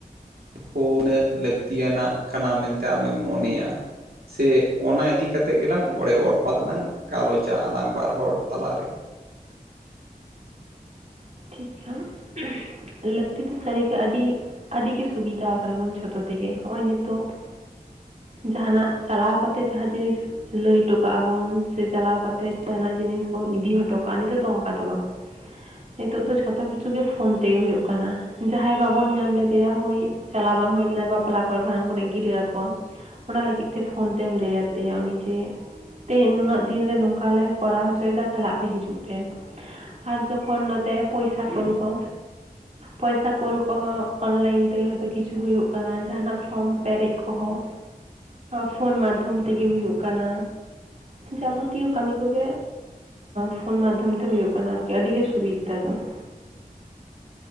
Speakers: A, on the right; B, on the right.
A: ᱯᱷᱳᱱ ᱩᱱᱟᱹᱜ ᱞᱟᱹᱠᱛᱤᱭᱟᱱᱟᱜ ᱠᱟᱱᱟ ᱢᱮᱱᱛᱮ ᱟᱢᱮᱢ ᱢᱚᱱᱮᱭᱟ ᱥᱮ ᱚᱱᱟ ᱤᱫᱤ ᱠᱟ ᱠᱟᱛᱮᱫ ᱜᱮᱞᱟᱝ ᱚᱲᱮ ᱲᱯᱟᱛᱞᱟᱝ ᱜᱟᱞᱚᱪᱟ ᱟᱞᱟᱝ ᱵᱟᱨ ᱦᱚᱲ ᱛᱟᱞᱟᱨᱮ
B: ᱴᱷᱤᱠ ᱜᱮᱭᱟ ᱞᱟᱹᱠᱛᱤ ᱫᱚ ᱥᱟᱹᱨᱤ ᱜᱮ ᱟᱹᱰᱤ ᱟᱹᱰᱤ ᱜᱮ ᱥᱩᱵᱤᱫᱷᱟ ᱠᱟᱱᱟ ᱢᱚᱱ ᱡᱷᱚᱛᱚ ᱛᱮᱜᱮ ᱱᱚᱜᱼᱚᱭ ᱱᱤᱛᱚᱜ ᱡᱟᱦᱟᱱᱟᱜ ᱪᱟᱞᱟᱣ ᱠᱟᱛᱮ ᱡᱟᱦᱟᱸ ᱡᱤᱱᱤᱥ ᱞᱟᱹᱭ ᱦᱚᱴᱚᱠᱟᱜ ᱟᱵᱚᱱ ᱥᱮ ᱪᱟᱞᱟᱣ ᱠᱟᱛᱮ ᱡᱟᱦᱱᱟᱜ ᱡᱤᱱᱤᱥ ᱵᱚᱱ ᱤᱫᱤ ᱦᱚᱴᱚ ᱠᱟᱜᱼᱟ ᱱᱤᱛᱚᱜ ᱫᱚ ᱚᱱᱠᱟ ᱫᱚ ᱵᱟᱝ ᱱᱤᱛᱚᱜ ᱫᱚ ᱡᱷᱚᱛᱚ ᱠᱤᱪᱷᱩ ᱜᱮ ᱯᱷᱳᱱ ᱛᱮᱜᱮ ᱦᱩᱭᱩᱜ ᱠᱟᱱᱟ ᱡᱟᱦᱟᱸᱭ ᱵᱟᱵᱚᱱ ᱧᱟᱢ ᱞᱮᱫᱮᱭᱟ ᱦᱳᱭ ᱪᱟᱞᱟᱣ ᱵᱟᱝ ᱦᱩᱭ ᱞᱮᱱᱟ ᱵᱟᱯᱞᱟ ᱠᱚᱨᱮᱜ ᱵᱷᱟᱸᱰᱟᱱ ᱠᱚᱨᱮᱜ ᱜᱤᱨᱟᱹ ᱟᱠᱚᱣᱟᱢ ᱚᱱᱟ ᱞᱟᱹᱜᱤᱫ ᱛᱮ ᱯᱷᱳᱱ ᱛᱮᱢ ᱞᱟᱹᱭ ᱟᱫᱮᱭᱟ ᱩᱱᱤ ᱡᱮ ᱛᱮᱦᱮᱧ ᱱᱩᱱᱟᱹᱜ ᱫᱤᱱᱨᱮ ᱱᱚᱝᱠᱟ ᱞᱮ ᱠᱚᱨᱟᱣ ᱦᱚᱪᱚᱭᱮᱫᱟ ᱛᱟᱦᱞᱮ ᱟᱯᱮ ᱦᱤᱡᱩᱜ ᱯᱮ ᱟᱨ ᱡᱚᱠᱷᱚᱱ ᱱᱚᱛᱮ ᱯᱚᱭᱥᱟ ᱠᱳᱞ ᱠᱚ ᱯᱚᱭᱥᱟ ᱠᱳᱞ ᱠᱚᱦᱚᱸ ᱚᱱᱞᱟᱭᱤᱱ ᱛᱮ ᱦᱚᱛᱚ ᱠᱤᱪᱷᱩ ᱦᱩᱭᱩᱜ ᱠᱟᱱᱟ ᱡᱟᱦᱟᱱᱟᱜ ᱯᱷᱨᱚᱢ ᱯᱮᱨᱮᱡ ᱠᱚᱦᱚᱸ ᱯᱷᱳᱱ ᱢᱟᱫᱽᱫᱷᱚᱢ ᱛᱮᱜᱮ ᱦᱩᱭᱩᱜ ᱠᱟᱱᱟ ᱡᱟᱵᱚᱛᱤᱭᱚ ᱠᱟᱹᱢᱤ ᱠᱚᱜᱮ ᱯᱷᱳᱱ ᱢᱟᱫᱽᱫᱷᱚᱢ ᱛᱮ ᱦᱩᱭᱩᱜ ᱠᱟᱱᱟ ᱟᱨᱠᱤ ᱟᱹᱰᱤ ᱜᱮ ᱥᱩᱵᱤᱫᱷᱟ <inaudible>